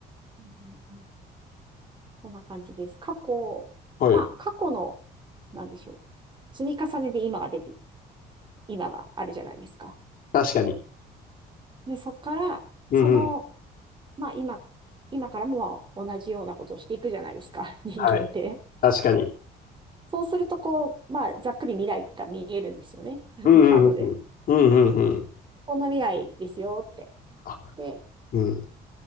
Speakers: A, on the right; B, on the left.
A: うんうんそんな感じです。過去、
B: はい。
A: まあ、過去の、なんでしょう。積み重ねで今が出て、今があるじゃないですか。
B: 確かに。
A: で、そこから、
B: うんうん。
A: その、まあ、今、今からもまあ同じようなことをしていくじゃないですか、<laughs> 人間って。
B: はい。確かに。
A: そうすると、こう、まあ、ざっくり未来が見えるんですよね。<laughs>
B: うんうんうんうん。
A: カードで。
B: うんうん
A: こんな未来ですよって。
B: あ、
A: で、
B: うん。